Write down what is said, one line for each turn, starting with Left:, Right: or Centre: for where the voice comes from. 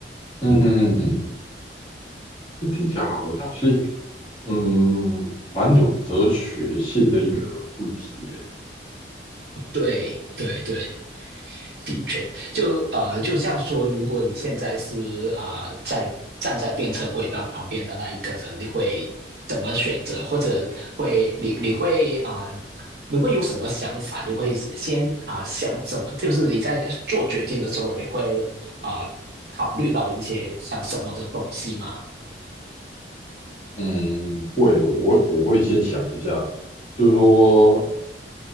Left: 嗯嗯嗯嗯，嗯这听起来好像是一个嗯蛮有哲学性的一个问题诶。
Right: 对对对，的确，就呃，就像说，如果你现在是啊、呃在站在电车轨道旁边的那一个人，你会怎么选择，或者会你你会啊、呃你会有什么想法？你会先啊、呃想什么？就是你在做决定的时候，你会啊、呃考虑到一些像什么的东西吗？
Left: 嗯，会，我会我会先想一下，就是说